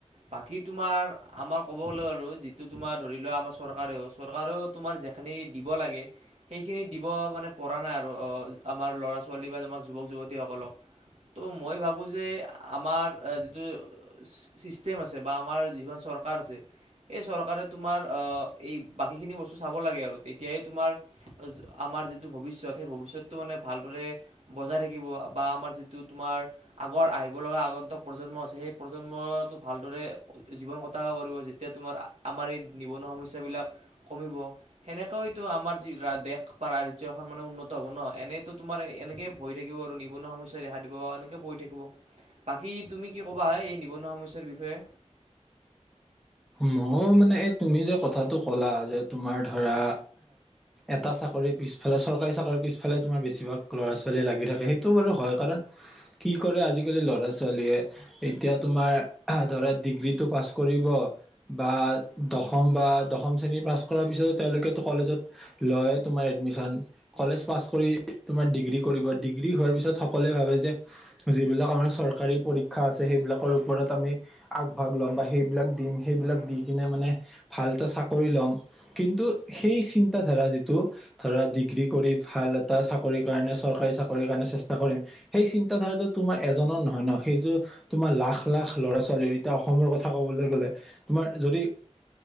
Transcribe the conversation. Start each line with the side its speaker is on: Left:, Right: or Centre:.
Right: বাকী তোমাৰ আমাৰ ক'ব গলৈ' আৰু যিটো তোমাৰ ধৰি লোৱা আমাৰ চৰকাৰেও চৰকাৰেও তোমাৰ যেখিনি দিব লাগে সেইখিনি দিব মানে পৰা নাই আৰু অ' আমাৰ ল'ৰা ছোৱালী বা আমাৰ যুৱক যুৱতীসকলক। ত' মই ভাবোঁ যে আমাৰ যিটো ছিষ্টেম আছে বা আমাৰ যিখন চৰকাৰ আছে এই চৰকাৰে তোমাৰ এই বাকীখিনি বস্তু চাব লাগে আৰু তেতিয়াই তোমাৰ আমাৰ যিটো ভৱিষ্যত সেই ভৱিষ্যতটো মানে ভালদৰে বজাই থাকিব বা আমাৰ যিটো তোমাৰ আগৰ আই লগা আগন্তক প্ৰজন্ম আছে সেই প্ৰজন্মটো ভালদৰে জীৱন কটাব পাৰিব যেতিয়া তোমাৰ আমাৰ এই নিবনুৱা সমস্যাবিলাক কমিব। সেনেকৈতো আমাৰ যি দেশ বা ৰাজ্যখন মানে উন্নত হব ন এনেইতো তোমাৰ এনেকে হৈ থাকিব আৰু নিবনুৱা সমস্যাই দেখা দিব পৰা এনেকৈ বহি থাকিব। বাকী তুমি কি ক'বা এই নিবনুৱা সমস্যাৰ বিষয়ে?
Centre: মই মানে এই তুমি যে কথাটো ক'লা যে তোমাৰ ধৰা এটা চাকৰিৰ পিছফালে চৰকাৰী চাকৰিৰ পিছফালে তোমাৰ বেছিভাগ ল'ৰা ছোৱালী লাগি থাকে সেইটো বাৰু হয় কাৰণ কি কৰে আজিকালি ল'ৰা ছোৱালীয়ে এতিয়া তোমাৰ ধৰা ডিগ্ৰীটো পাছ কৰিব। বা দশম বা দশম শ্ৰেণীৰ পাছ কৰাৰ পিছত তেওঁলোকেতেতো কলেজত লয় তোমাৰ এডমিশ্যন কলেজ পাছ কৰি তোমাৰ ডিগ্ৰী কৰিব ডিগ্ৰী হোৱাৰ পিছত সকলোৱে ভাবে যে যিবিলাক আমাৰ চৰকাৰী পৰীক্ষা আছে সেইবিলাকৰ ওপৰত আমি আগভাগ ল'ম বা সেইবিলাক দিম সেইবিলাক দি কিনে মানে ভালটা চাকৰি ল'ম। কিন্তু সেই চিন্ত ধাৰা যিটো ধৰা ডিগ্ৰী কৰি ভাল এটা চাকৰিৰ কাৰণে চৰকাৰী চাকৰিৰ কাৰণে চেষ্টা কৰিম সেই চিন্ত ধাৰাটো তোমাৰ এজনৰ নহয় ন সেইয তোমাৰ লাখ লাখ ল'ৰা ছোৱালীৰ এতিয়া অসমৰ কথা ক'বলৈ গলে তোমাৰ যদি